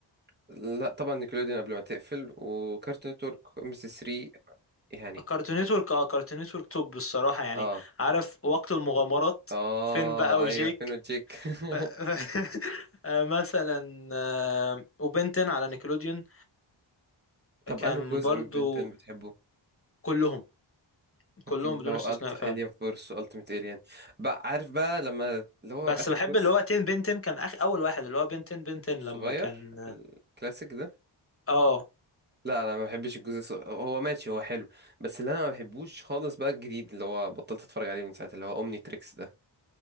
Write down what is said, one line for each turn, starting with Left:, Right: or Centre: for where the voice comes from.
Right: لا طبعا نيكلوديون قبل ما تقفل وكارتون نتورك ام سي 3 يعني
Left: كارتون نتورك اه كارتون نتورك توب الصراحه يعني
Right: اه
Left: عارف وقت المغامرات
Right: اه
Left: فين بقى وجيك
Right: ايوه فين وجيك <laughs>
Left: ف... <laughs> آه، مثلا آه، وبنتن على نيكلوديون
Right: طب
Left: كان
Right: انه جزء
Left: برضو
Right: من بنتن بتحبه
Left: كلهم
Right: كان
Left: كلهم
Right: في اللي
Left: بدون
Right: هو
Left: استثناء
Right: الت الين
Left: فعلا
Right: فورس والتيميت الين بقى عارف بقى لما اللي هو
Left: بس
Right: اخر
Left: بحب
Right: جزء
Left: اللي هو تين بنتن كان اخ اول واحد اللي هو بنتن بنتن
Right: صغير
Left: لما كان
Right: الكلاسيك ده
Left: اه اه
Right: لا انا ما بحبش الجزء الصغ- هو ماشي هو حلو بس اللي انا ما بحبوش خالص بقى الجديد اللي هو بطلت اتفرج عليه من ساعه اللي هو اومني تريكس ده